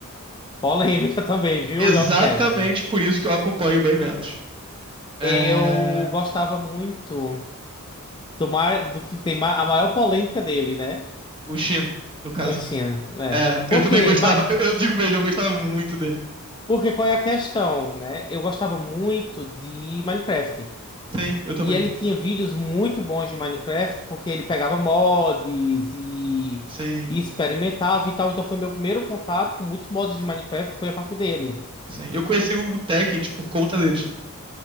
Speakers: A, on the left (about 20°); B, on the right (about 25°).
A: Polêmica <laughs> também, viu,
B: Exatamente
A: Yorkcast?
B: por isso que eu acompanho bem menos.
A: Eu
B: É...
A: gostava muito do, mais, do que tem ma- a maior polêmica dele, né?
B: O Shin, no caso,
A: Oxi,
B: né?
A: né?
B: É,
A: Porque,
B: eu também gostava, eu, eu digo mesmo, eu gostava muito dele.
A: Porque qual é a questão, né? Eu gostava muito de Minecraft.
B: Sim, eu também.
A: E ele tinha vídeos muito bons de Minecraft, porque ele pegava mods e,
B: Sim,
A: e experimentava e tal. Então foi meu primeiro contato com muitos mods de Minecraft, foi a partir dele.
B: sim. Eu conheci o, o Tekkit por conta deles.